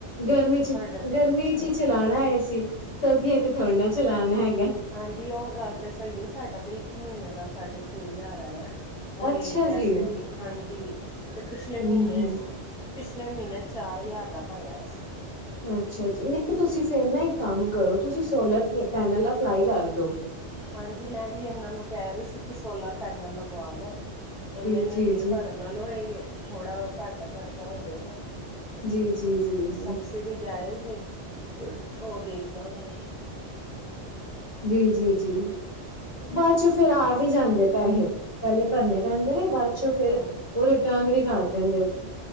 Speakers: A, on the left; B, in the centre.
A: ਗਰਮੀ ਚ
B: ਸਾਡਾ
A: ਗਰਮੀ
B: ਹਾਂ
A: ਚ ਹੀ ਚਲਾਣਾ ਹੈ, ਏਸੀ ਸਰਦੀਆਂ ਤੇ ਥੋੜਾ ਚਲਾਣਾ ਹੈਗਾ।
B: ਹਾਂਜੀ ਉਹ ਗੱਲ ਤਾਂ ਸਹੀ ਹੈ, ਸਾਡਾ ਤਾਂ ਇੱਕ ਮਹੀਨੇ ਦਾ ਸਾਢੇ ਛੇ ਹਜ਼ਾਰ ਆਇਆ। ਤੇ
A: ਅੱਛਾ
B: ਵੈਸੇ
A: ਜੀ
B: ਵੀ ਹਾਂਜੀ ਤੇ ਪਿਛਲੇ
A: ਹੂੰ-ਹੂੰ
B: ਮਹੀਨੇ, ਪਿਛਲੇ ਮਹੀਨੇ ਚਾਰ ਹਜ਼ਾਰ ਦਾ ਭਰਿਆ ਅਸੀ,
A: ਅੱਛਾ ਜੀ ਨਹੀਂ ਤੁਸੀਂ ਫਿਰ ਨਾ ਇੱਕ ਕੰਮ ਕਰੋ, ਤੁਸੀਂ ਸੋਲਰ ਪੈਨਲ ਅਪਲਾਈ ਕਰਦੋ,
B: ਹਾਂਜੀ ਮੈਂ ਵੀ ਇਹਨਾਂ ਨੂੰ ਕਹਿ ਰਹੀ ਸੀ, ਕਿ ਸੋਲਰ ਪੈਨਲ ਲਗਵਾ ਲੋ ਇੰਨੇ
A: ਜੀ
B: ਇਨੇ
A: ਜੀ
B: ਬਿੱਲ
A: ਜੀ
B: ਭਰਨ ਨਾਲ ਚਲੋ ਇਹ ਥੋੜਾ ਘੱਟ ਖਰਚਾ ਹੋ ਜਾਏਗਾ।
A: ਜੀ ਜੀ ਜੀ ਜੀ
B: ਸਬਸਿਡੀ ਜਾਏਗੀ, ਉਹ ਦੇਖ ਲਾਗੇ।
A: ਜੀ-ਜੀ-ਜੀ,
B: ਹਾਂਜੀ
A: ਬਾਅਦ ਚ ਫੇਰ ਆ ਵੀ ਜਾਂਦੇ ਪੈਸੇ, ਪਹਿਲੇ ਭਰਨੇ ਪੈਂਦੇ ਨੇ ਬਾਅਦ ਚੋਂ ਫੇਰ
B: ਹਾਂਜੀ।
A: ਉਹ ਰਿਟਰਨ ਵੀ ਕਰ ਦਿੰਦੇ ਨੇ,